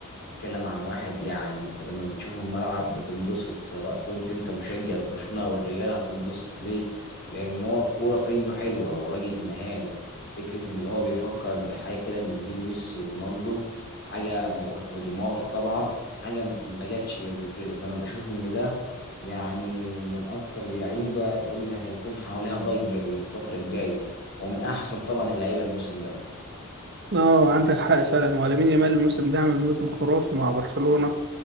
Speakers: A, on the left; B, on the right.
A: بتتكلم عن واحد يعني انت لما بتشوفه الملعب بتنبسط سواء كنت انت مشجع لبرشلونة او الريال هتنبسط ليه؟ لان هو الكورة في رجله حلوة هو راجل مهاري فكرة ان هو بيفكرك بحاجة كده من جيل ميسي ورونالدو حاجة مو- ونيمار طبعا حاجة ما جاتش قبل كده فانا بشوف ان ده يعني من اكتر اللعيبة اللي هيكون حواليها ضجة الفترة الجاية ومن احسن طبعا اللعيبة الموسم ده
B: اه عندك حق فعلا ولا مين يامال الموسم ده عامل موسم خرافي مع برشلونة